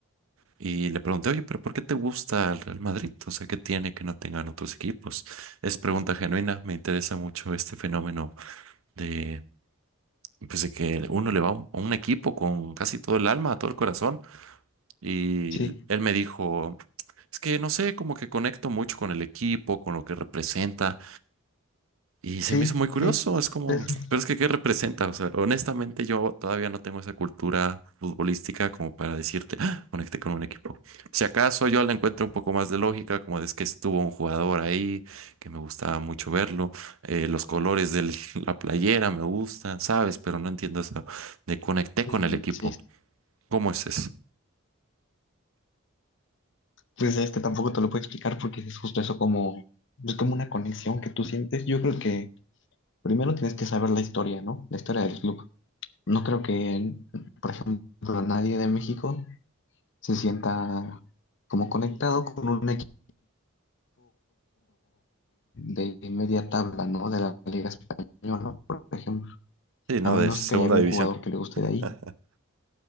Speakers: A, on the right (about 75°); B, on the left (about 60°).
A: Y le pregunté, oye, pero ¿por qué te gusta el Real Madrid? O sea, ¿qué tiene que no tengan otros equipos? Es pregunta genuina, me interesa mucho este fenómeno de, pues, de que uno le va a un, a un equipo con casi todo el alma, todo el corazón. Y
B: Sí,
A: él me dijo, es que no sé, como que conecto mucho con el equipo, con lo que representa. Y se
B: sí,
A: me hizo muy curioso,
B: sí, es
A: es como,
B: eso.
A: pero es que ¿qué representa? O sea, honestamente yo todavía no tengo esa cultura futbolística como para decirte, "Ah, conecté con un equipo. Si acaso yo la encuentro un poco más de lógica, como de es que estuvo un jugador ahí, que me gustaba mucho verlo, eh, los colores de <laughs> la playera me gustan, ¿sabes? Pero no entiendo eso de conecté
B: Mm,
A: con el equipo.
B: sí,
A: ¿Cómo es eso?
B: Pues es que tampoco te lo puedo explicar porque es justo eso como, es como una conexión que tú sientes. Yo creo que primero tienes que saber la historia, ¿no? La historia del club. No creo que, por ejemplo, nadie de México se sienta como conectado con un equipo de media tabla, ¿no? De la Liga Española, por ejemplo.
A: Sí, no,
B: A menos
A: de segunda
B: que haya algún
A: división.
B: jugador que le guste
A: <laughs>
B: de ahí.